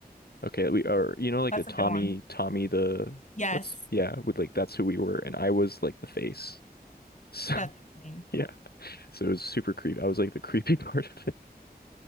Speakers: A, on the left (about 75°); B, on the left (about 45°).
A: Okay, we are you know like
B: That's
A: the Tommy
B: a good one.
A: Tommy the
B: Yes.
A: what's yeah, with like that's who we were and I was like the face. So
B: That's funny.
A: <laughs> yeah. So it was super creepy. I was like the creepy <laughs> part of it.